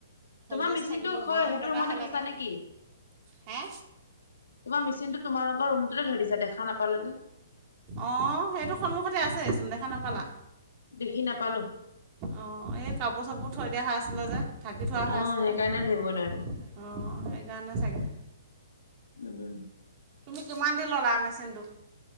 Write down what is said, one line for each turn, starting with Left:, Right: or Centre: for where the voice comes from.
Left: তোমাৰ
Right: ভল্টেজ
Left: মেচিনটো
Right: থাকিলোঁ
Left: হয়
Right: গৰম
Left: সেইটো
Right: গতাহে
Left: ৰুমতে থৈছা
Right: লাগে
Left: নেকি?
Right: হা
Left: তোমাৰেচিনটো তোমালোক ৰুমতে ধৰি যা দেখা নাপালো যে
Right: অ সেইটো সন্মুখতে আছেচোন দেখা নাপালা
Left: দেখি নাপালোঁ
Right: অ এই কাপোৰ চাপোৰ থৈ দিয়া হৈ আছিলে যে থাকি থোৱা হৈ
Left: অ',
Right: আছিলে
Left: সেইকাৰণে
Right: অঁ
Left: ধৰিব নোৱাৰিলো
Right: সেইকাৰণে চাগে
Left: উম উম
Right: তুমি কিমান দিন ল'লা মেচিনট